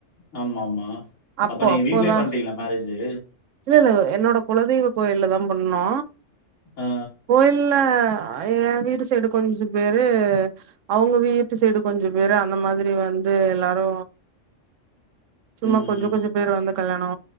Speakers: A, on the left; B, on the right.
A: ஆமா ஆமா
B: அப்போ
A: அப்ப நீங்க
B: அப்போதா
A: வீட்லே பண்ணிட்ங்லா மேரேஜி
B: இல்ல இல்ல என்னோட குலதெய்வ கோயில்ல தா பண்ணோ
A: அ.
B: கோயில்ல எ வீட்டு சைடு கொஞ்ச பேரு அவுங்க வீட்டு சைடு கொஞ்ச பேரு அந்த மாதிரி வந்து வந்து எல்லாரு சும்மா
A: ம்.
B: கொஞ்ஜோ கொஞ்ஜோ பேர் வந்து கல்யாணோ